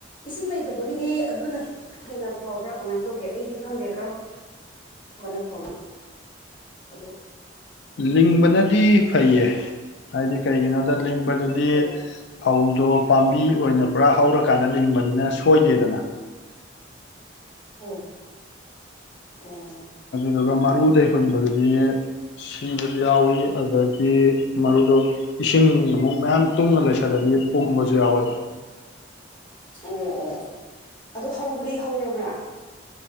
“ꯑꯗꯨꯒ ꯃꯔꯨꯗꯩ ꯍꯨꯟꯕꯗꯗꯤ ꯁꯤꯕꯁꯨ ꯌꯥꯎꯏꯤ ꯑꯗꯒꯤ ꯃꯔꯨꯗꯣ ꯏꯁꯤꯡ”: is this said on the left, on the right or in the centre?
Left